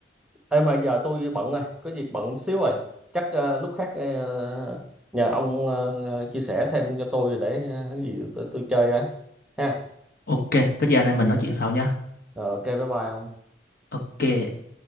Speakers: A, in the centre; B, on the left (about 55°).
A: ê mà giờ tôi bận rồi có việc bận xíu rồi chắc ờ, lúc khác ờ, nhờ ông ờ, ờ, chia sẻ thêm cho tôi để ờ, cái gì tôi, tôi chơi ấy ha
B: Ok, có gì anh em mình nói chuyện sau nha.
A: Rồi, ok bye bye ông
B: Ok.